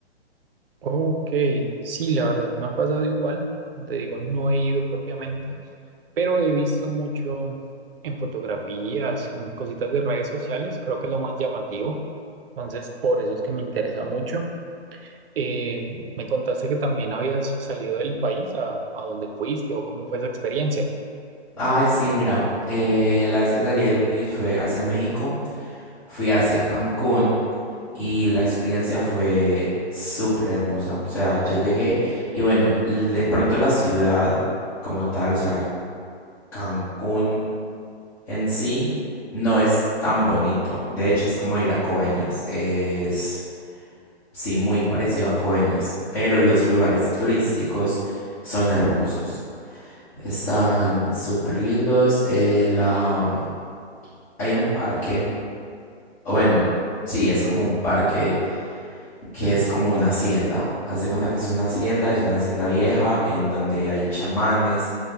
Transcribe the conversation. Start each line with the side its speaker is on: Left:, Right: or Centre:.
Right: Ok, sí, la verdad me ha pasado igual. Como Te digo, no he ido propiamente, pero he visto mucho en fotografías, en cositas de redes sociales, creo que es lo más llamativo. Entonces, por eso es que me interesa mucho. Eh, me contaste que también habías salido del país a, a donde fuiste o cómo fue esa experiencia.
Left: Ay, sí, mira, eh, la vez que salí del país fue hacia México, fui hacia Cancún y la experiencia fue súper hermosa. O sea, yo llegué y bueno, l- de pronto la ciudad como tal, o sea, Cancún en sí no es tan bonito. De hecho, es como ir a Coveñas. Es sí, muy parecido a Coveñas, pero los lugares turísticos son hermosos. Están súper lindos. eh, la, mm, hay un parque, o bueno, sí, es como un parque que es como una hacienda. Haz de cuenta que es una hacienda, es una hacienda vieja en donde hay chamanes